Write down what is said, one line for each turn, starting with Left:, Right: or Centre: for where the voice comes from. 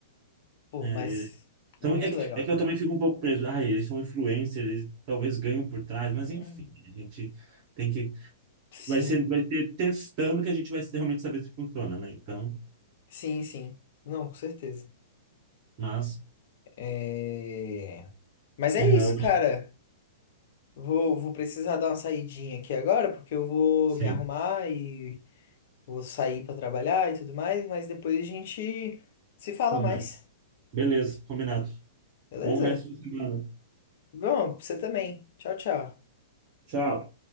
Left: Pô,
Right: É,
Left: mas
Right: então,
Left: muito
Right: é que,
Left: legal.
Right: é que eu também fico um pouco preso. Ah, eles são influencers, eles talvez ganham por trás,
Left: Hum,
Right: mas enfim, a gente tem que.
Left: Sim,
Right: Vai ser, vai ser testando que a gente vai realmente saber se funciona, né? Então,
Left: sim, sim. Não, com certeza.
Right: mas,
Left: É... Mas é
Right: é,
Left: isso,
Right: eu-
Left: cara. Vou, vou precisar dar uma saidinha aqui agora, porque eu vou
Right: sim,
Left: me arrumar e vou sair para trabalhar e tudo mais, mas depois a gente se fala
Right: conversa.
Left: mais,
Right: Beleza, combinado.
Left: beleza?
Right: Bom resto de semana.
Left: Bom, pra você também. Tchau, tchau.
Right: Tchau.